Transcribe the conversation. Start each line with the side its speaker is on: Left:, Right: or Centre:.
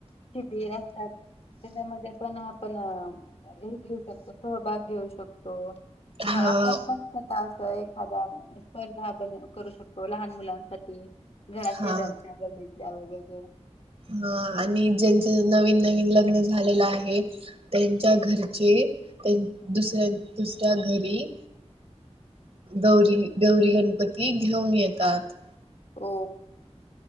Left: शिबिर असं असतात. त्याच्यामध्ये पण आपणऽ हे घेऊ शकतो सहभाग घेऊ शकतो. किंवा
Right: हा
Left: आपण पण होत असं एखादाऽऽ स्पर्धा ब करू शकतो, लहान मुलांसाठी घरा
Right: हा
Left: शेजारच्या गलीऽऽ ल्या वगैरे.
Right: हा आणि ज्यांच नवीन, नवीन लग्न झालेलं आहे त्यांच्या घरचेऽऽ दुस दुसऱ्या घरीऽ
Left: <unintelligible> <unintelligible>
Right: गौरी, गौरी गणपती घेऊन येतात.
Left: हो